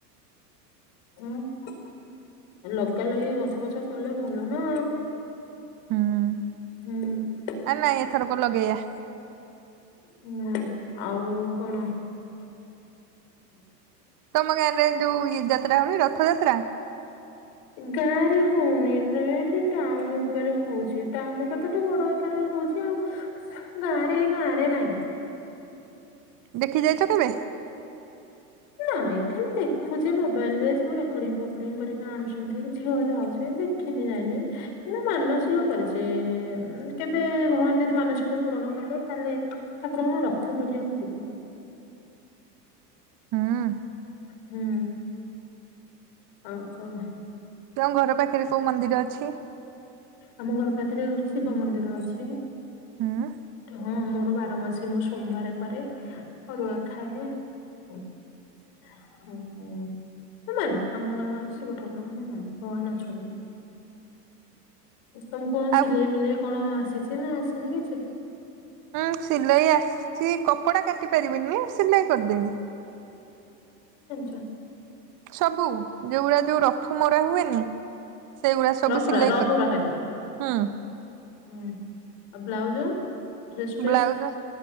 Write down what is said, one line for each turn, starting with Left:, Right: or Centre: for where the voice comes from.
Left: ହୁଁ। ଲଗା ଲଗି ଗଛ ବଛ କଲେ ଭଲ ନା
Right: ହୁଁ
Left: ହୁଁ।
Right: ନାଇଁ ଏଥରକ ଲଗେଇବା।
Left: ହୁଁ ଆଉ କଣ?
Right: ତମ ଗାଁରେ ଯୋଉ ଇଏ ଯାତ୍ରା ହଉନି ରଥ ଯାତ୍ରା
Left: ଗାଁ ରେ ହଉନି ଏଠି ଟାଉନ ଉପରେ ହଉଛି ଟାଉନ ଉପରେ ତ ବଡ ଆକାର ରହୁ ଚି ଆଉ ଗାଁ ରେ ଗାଁରେ ନାହିଁ।
Right: ଦେଖି ଯାଇଚ କେବେ?
Left: ନାଇଁ ଖାଲି ଦେଖୁଛେ ମୋବାଇଲ ରେ ସବୁ ରେକର୍ଡିଙ୍ଗ ଫେକୋଡିଂ କରିକି ଆଣୁଛନ୍ତି ଝିଅ ଯାଉଛି ଦେଖିନି ଯାଇନି କିନ୍ତୁ ମାନସିକ କରିଛି ମାନେ କେବେ ଭଗବାନ ଯଦି ମାନସିକ ପୂରଣ କଲେ ତାହେଲେ ଠାକୁରଙ୍କ ରଥ ଭିଡ଼ିବାକୁ ଯିବି।
Right: ହୁଁ
Left: ହୁଁ ଆଉ କଣ?
Right: ତମ ଘର ପାଖରେ କୋଉ ମନ୍ଦିର ଅଛି?
Left: ଆମ ଘର ପାଖରେ ଗୋଟେ ଶିବ ମନ୍ଦିର ଅଛି
Right: ହୁଁ
Left: ହୁଁ ହ ବାର ମାସେ ମୁଁ ସୋମବାର କରେ ଅରୁଆ ଖାଏ। ଓହୋ। ମଁ ମାନେ ଆମ ଗାଁ ଶିବ ଠାକୁରଙ୍କ ମୁଁ ମାନେ ଭଗବାନ ଅଛନ୍ତି। ତମକୁ କଣ
Right: ଆଉ
Left: ସିଲେଇ ମିଲେଇ କଣ ଆସିଛି ନା ଆସିନି କିଛି?
Right: ହୁଁ ସିଲେଇ ଆସିଛି କପଡ଼ା କାଟି ପାରିବିନି ସିଲେଇ କରିଦେବି।
Left: ହଁ।
Right: ସବୁ ଯୋଉଗୁଡ଼ା ଯୋଉ ରଫୁ ମରା ହୁଏନି। ସେଇଗୁଡା ସବୁ
Left: ରପୁର
Right: ସିଲେଇ
Left: ରପୁରା
Right: କରି
Left: ଖାଲି।
Right: ହୁଁ
Left: ହୁଁ ଆଉ ବ୍ଲାଉଜ ଡ୍ରେସ ଫ୍ରେସ୍
Right: ବ୍ଲାଉଜ